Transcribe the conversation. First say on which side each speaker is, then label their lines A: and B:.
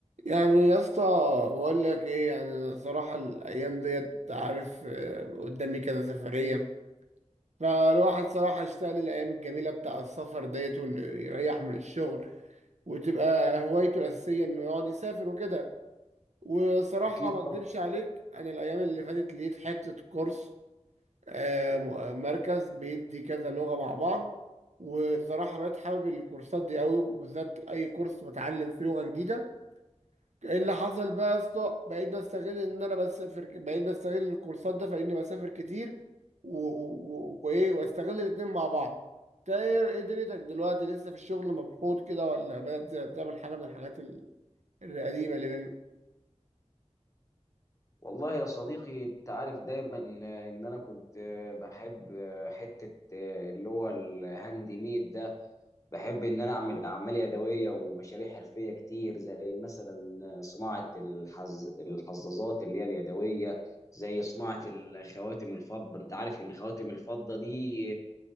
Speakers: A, on the right (about 75°); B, on the left (about 25°).
A: يعني يا اسطى بقول لك ايه يعني انا صراحه الايام ديت أنت عارف آه، قدامي كذا سفريه فالواحد صراحه اشتاق للايام الجميله بتاع السفر ديت وانه يريح من الشغل وتبقى هوايته الاساسيه انه يقعد يسافر وكده وصراحه
B: أكيد
A: ما اكدبش
B: طبعا
A: عليك انا الايام اللي فاتت لقيت حته كورس آه، م- مركز بيدي كذا لغه مع بعض وصراحه بقيت حابب الكورسات دي قوي وبالذات اي كورس بتعلم فيه لغه جديده ايه اللي حصل بقى يا اسطى بقيت بستغل ان انا بسافر ك- بقيت بستغل الكورسات ده فاني بسافر كتير و... و... و- وايه واستغل الاتنين مع بعض انت ايه إيه دنيتك دلوقتي لسه في الشغل مبسوط كده ولا بدأت تعمل حاجه من الحاجات ال- القديمه اللي بيننا
B: والله يا صديقي أنت عارف دايما آه، إن أنا كنت آه، بحب آه، حتة آه، اللي هو الهاند ميد ده بحب إن أنا أعمل أعمال يدوية ومشاريع حرفية كتير زي مثلا آه، صناعة الحز... الحظاظات اللي هي اليدوية زي صناعة الخواتم الفضة أنت عارف إن خواتم الفضة دي